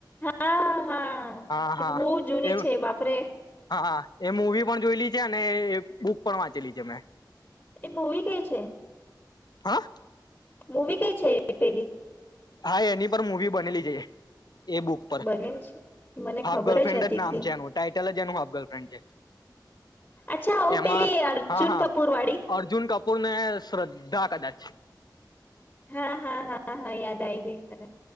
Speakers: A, on the left (about 20°); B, on the left (about 60°).
A: હા
B: હા
A: એ
B: હા
A: તો બહુ જૂની
B: એ
A: છે બાપરે
B: હા એ મુવી પણ જોયલી છે અને બુક પણ વાંચેલી છે અમે
A: એ મૂવી કઈ છે.
B: હા
A: મૂવી કઈ છે એ પેલી
B: હા એની પર મુૂવી બનેલી છે. એ બુક પર
A: બનેલ છે મને
B: હાફ
A: ખબર
B: ગર્લફ્રેન્ડ
A: નથી
B: જ નામ
A: કે
B: છે, એનું ટાઈટલ જ એનું હાફ ગર્લફ્રેન્ડ છે,
A: અચ્છા ઓ
B: એમાં
A: પેલી અર્જુન
B: હા, હા,
A: કપૂર વાળી
B: અર્જુન કપૂરને શ્રદ્ધા કદાચ
A: હા. હા. હા. હા. હા. યાદ આઈ ગઈ મને.